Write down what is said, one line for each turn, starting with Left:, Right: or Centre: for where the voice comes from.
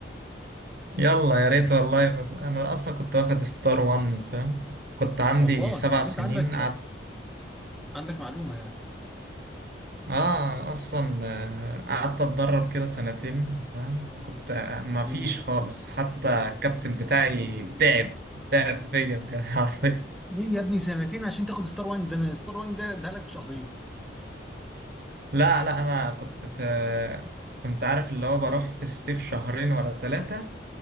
Right: يلا يا ريت والله بس انا اصلا كنت واخد ستار وان فاهم كنت عندي
Centre: والله
Right: سبع
Centre: يعني
Right: سنين
Centre: انت عندك
Right: قعدت
Centre: عندك معلومة يعني
Right: اه اصلا آه، قعدت اتدرب كده سنتين فاهم كنت آه، ما
Centre: مم.
Right: فيش خالص حتى الكابتن بتاعي تعب تعب فيا بجد <laughs> حرفيا
Centre: ليه يا ابني سنتين عشان تاخد ستار وان ده انا ستار وان ده ده لك في شهرين
Right: لا لا انا كنت في كنت عارف اللي هو بروح في الصيف شهرين ولا ثلاثة